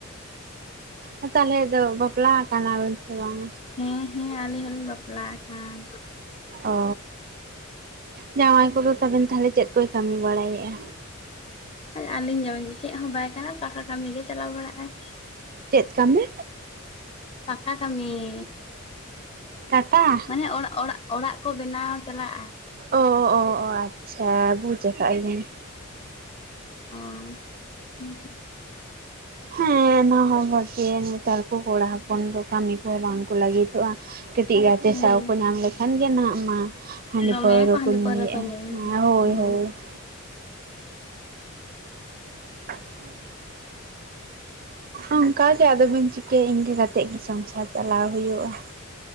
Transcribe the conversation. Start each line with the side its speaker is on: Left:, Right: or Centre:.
Right: ᱚ ᱛᱟᱞᱦᱮ ᱫᱚ ᱵᱟᱯᱞᱟ ᱟᱠᱟᱱᱟᱵᱤᱱ ᱥᱮ ᱵᱟᱝᱟ?
Left: ᱦᱮᱸ ᱦᱮᱸ ᱟᱹᱞᱤᱧ ᱦᱚᱞᱤᱧ ᱵᱟᱯᱞᱟ ᱟᱠᱟᱱ।
Right: ᱚ ᱡᱟᱶᱟᱭ ᱠᱚᱫᱚ ᱛᱟᱵᱤᱱ ᱛᱟᱞᱦᱮ ᱪᱮᱫ ᱠᱚᱭ ᱠᱟᱹᱢᱤ ᱵᱟᱲᱟᱭᱮᱫᱼᱟ?
Left: ᱟᱹᱞᱤᱧ ᱡᱟᱶᱟᱭ ᱫᱚ ᱪᱮᱫ ᱦᱚᱸ ᱵᱟᱭ ᱠᱟᱱᱟ ᱯᱟᱠᱟ ᱠᱟᱹᱢᱤ ᱜᱮ ᱪᱟᱞᱟᱣ ᱵᱟᱲᱟᱜᱼᱟᱭ।
Right: ᱪᱮᱫ ᱠᱟᱹᱢᱤ?
Left: ᱯᱟᱠᱟ ᱠᱟᱹᱢᱤ ᱾
Right: ᱴᱟᱴᱟ
Left: ᱢᱟᱱᱮ ᱚᱲᱟᱜ ᱚᱲᱟᱜ ᱚᱲᱟᱜ ᱠᱚ ᱵᱮᱱᱟᱣ ᱪᱟᱞᱟᱜᱼᱟ।
Right: ᱚ ᱚ ᱚ ᱟᱪᱪᱷᱟ ᱵᱩᱡᱽ ᱟᱠᱟᱫ ᱟᱹᱧ ᱾
Left: ᱚ ᱦᱮᱸ ᱦᱟᱸᱜ ᱾
Right: ᱦᱮᱸ ᱚᱱᱟᱦᱚᱸ ᱵᱷᱟᱜᱮᱭᱟ ᱱᱮᱛᱟᱨ ᱠᱚ ᱠᱚᱲᱟ ᱦᱚᱯᱚᱱ ᱫᱚ ᱠᱟᱹᱢᱤ ᱠᱚᱦᱚᱸ ᱵᱟᱝ ᱠᱚ ᱞᱟᱹᱜᱤᱫᱚᱜᱼᱟ ᱾ ᱠᱟᱹᱴᱤᱡ ᱜᱟᱛᱮ
Left: ᱦᱮᱸ
Right: ᱥᱟᱶ ᱠᱚ ᱧᱟᱢ ᱞᱮᱠᱷᱟᱱ ᱜᱮ ᱱᱟᱦᱟᱜ ᱢᱟ ᱦᱟᱺᱰᱤ
Left: ᱫᱚᱢᱮ
Right: ᱯᱟᱹᱨᱣᱟᱹ ᱠᱚ
Left: ᱦᱟᱺᱰᱤ
Right: ᱧᱩᱭᱮᱫ-ᱟ
Left: ᱯᱟᱹᱣᱨᱟᱹ ᱧᱩᱭᱟ
Right: ᱦᱮᱸ ᱦᱳᱭ
Left: ᱦᱮᱸ
Right: ᱦᱳᱭ ᱾ <unintelligible> ᱚᱱᱠᱟᱜᱮ ᱟᱫᱚ ᱵᱤᱱ ᱪᱤᱠᱟᱹᱭᱟ ᱤᱱᱠᱟᱹ ᱠᱟᱛᱮᱜ ᱜᱮ ᱥᱚᱝᱥᱟᱨ ᱪᱟᱞᱟᱣ ᱦᱳᱭᱳᱜᱼᱟ ᱾